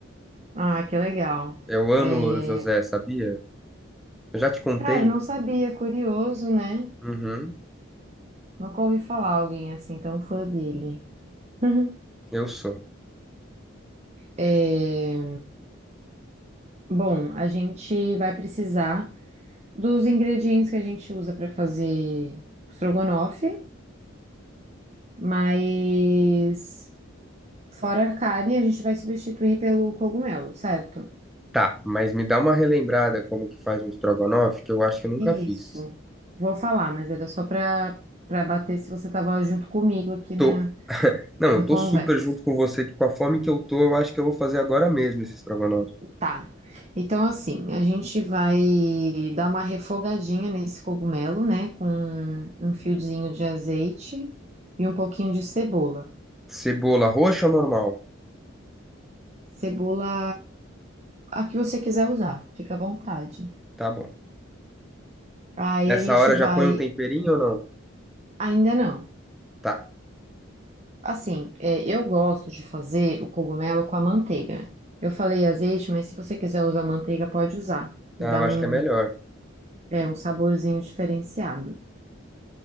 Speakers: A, on the right; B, in the centre.
A: Ah, que legal.
B: Eu amo
A: É,
B: Louro José, sabia? Eu já te contei?
A: Cara, não sabia, curioso, né?
B: Uhum,
A: Nunca ouvi falar alguém assim tão fã dele. <laughs>
B: eu sou.
A: É, Bom, a gente vai precisar dos ingredientes que a gente usa para fazer estrogonofe, mas fora a carne, a gente vai substituir pelo cogumelo, certo?
B: Tá, mas me dá uma relembrada como que faz um estrogonofe, que eu acho que eu nunca
A: Isso.
B: fiz.
A: Vou falar, mas era só para para bater se você estava junto comigo aqui
B: Tô.
A: na,
B: Não, eu
A: na
B: tô
A: conversa.
B: super junto com você, que com a fome que eu tô, eu acho que eu vou fazer agora mesmo esse estrogonofe.
A: Tá. Então, assim, a gente vai dar uma refogadinha nesse cogumelo, né? Com um fiozinho de azeite e um pouquinho de cebola.
B: Cebola roxa ou normal?
A: Cebola, a que você quiser usar, fica à vontade.
B: Tá bom.
A: Aí
B: Nessa
A: a gente
B: hora
A: vai.
B: já põe um temperinho ou não?
A: Ainda não.
B: Tá.
A: Assim, é, eu gosto de fazer o cogumelo com a manteiga. Eu falei azeite, mas se você quiser usar manteiga, pode usar. Que
B: Ah,
A: dá
B: eu
A: um,
B: acho que é melhor.
A: é, um saborzinho diferenciado.